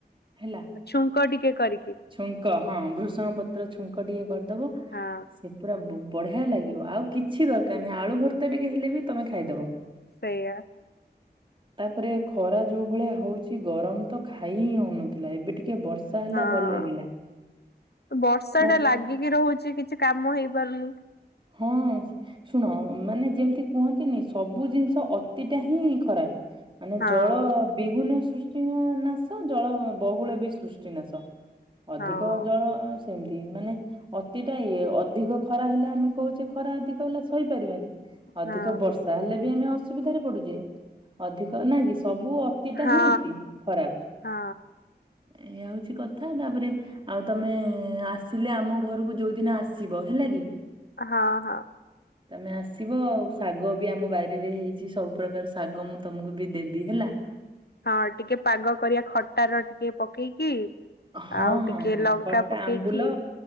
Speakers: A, on the right; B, on the left.
A: ହେଲା।
B: ଛୁଙ୍କ ଟିକେ କରିକି
A: ଛୁଙ୍କ ହଁ ଭୃଷଙ୍ଗ ପତ୍ର ଛୁଙ୍କ ଟିକେ କରିଦବ
B: ହଁ
A: ସେ ପୁରା ବୁ ବଢ଼ିଆ ଲାଗିବ ଆଉ କିଛି ଦରକାର ନାହିଁ ଆଳୁ ଭର୍ତ୍ତା ଟିକେ ହେଲେ ବି ତମେ ଖାଇଦବ।
B: ସେଇଆ।
A: ତାପରେ ଖରା ଯୋଉ ଭଳିଆ ହଉଚି ଗରମ ତ ଖାଇ ହିଁ ହଉନଥୁଲା ଏବେ ଟିକେ ବର୍ଷା ହେଲା
B: ହଁ
A: ଭଲ ଲାଗିଲା
B: ବର୍ଷାଟା
A: ବା
B: ଲାଗିକି ରହୁଚି କିଛି କାମ ହେଇପାରୁନି।
A: ହଁ। ଶୁଣ ମାନେ ଯେମତି କୁହନ୍ତିନି ସବୁ ଜିନଷ ଅତିଟା ହିଁ ଖରାପ୍। ମାନେ
B: ହଁ
A: ଜଳ ବିହୁନେ ସୃଷ୍ଟି ନା ନାଶ ଜଳ ବୋହୁଳ ବି ସୃଷ୍ଟି ନାଶ। ଅଧିକ
B: ହଁ
A: ଜଳ ସେମତି ମାନେ ଅତିଟା ଇଏ ଅଧିକ ଖରା ହେଲେ ଆମେ କୋହୁଚି ଖରା ଅଧିକ ହେଲା ସହି ପାରିବାନି ଅଧିକ
B: ହଁ
A: ବର୍ଷ ତାହେଲେ ବି ଆମେ ଅସୁବିଧାରେ ପଡ଼ୁଚେ ଅଧିକ ନାଗିସ୍ ସବୁ ଅତିଟା
B: ହଁ
A: ହିଁ ଇତି ଖରାପ
B: ହଁ
A: ଏଇଆ ହଉଛି କଥା ତାପରେ ଆଉ ତମେ ଆସିଲେ ଆମ ଘରୁକୁ ଯୋଉ ଦିନ ଆସିବ। ହେଲା କି?
B: ହଁ ହଁ।
A: ତମେ ଆସିବ ଆଉ ଶାଗ ବି ଆମ ବାରିରେ ହେଇଚି ସବୁ ପ୍ରକାର ଶାଗ ମୁଁ ତମୁକୁ ବି ଦେବି ହେଲା।
B: ହଁ ଟିକେ ପାଗ କରିଆ ଖଟାର ଟିକେ ପକେଇକି।
A: ହଁ
B: ଆଉ ଟିକେ
A: ହଁ ହଁ
B: ଲଙ୍କା
A: ଖଟା
B: ପକେଇକି
A: ଆମ୍ବୁଲ